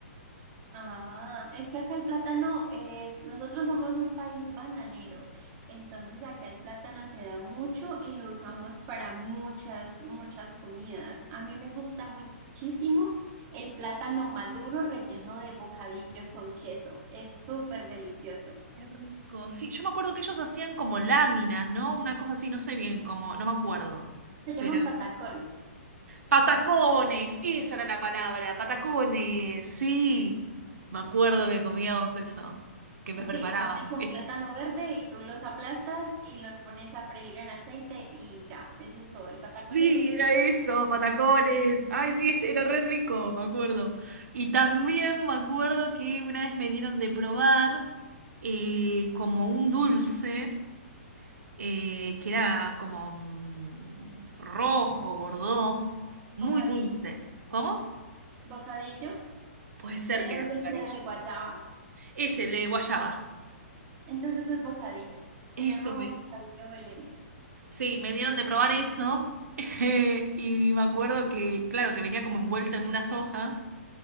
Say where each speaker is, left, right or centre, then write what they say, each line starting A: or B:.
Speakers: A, on the right (about 20°); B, on the right (about 85°).
A: Ah, es que acá el plátano es, nosotros somos un país bananero, entonces acá el plátano se da mucho y lo usamos para muchas, muchas comidas. A mí me gusta muchísimo el plátano maduro relleno de bocadillo con queso, es súper delicioso.
B: Qué rico. Sí, yo me acuerdo que ellos hacían como láminas, ¿no? Una cosa así, no sé bien cómo, no me acuerdo.
A: Se llaman
B: Pero.
A: patacones.
B: Patacones, esa era la palabra, patacones, sí. Me acuerdo que comíamos eso, que me preparaban.
A: Sí, se hacen con
B: <laughs>
A: plátano verde y tú los aplastas y los pones a freír en aceite y ya, eso es todo. El patacón
B: Sí,
A: es delicioso.
B: era eso, patacones. Ay, sí, este era re rico, me acuerdo. Y también me acuerdo que una vez me dieron de probar eh, como un dulce. eh, que era como mm, rojo, bordó, muy
A: Bocadillo.
B: dulce. ¿Cómo?
A: Bocadillo.
B: Puede ser
A: Era
B: que era
A: un dulce
B: bocadillo.
A: de guayaba.
B: Ese, el de guayaba.
A: Entonces es bocadillo. Se
B: Eso
A: llama
B: me...
A: bocadillo boleño.
B: Sí, me dieron de probar eso. <laughs> y me acuerdo que, claro, que venía como envuelto en unas hojas.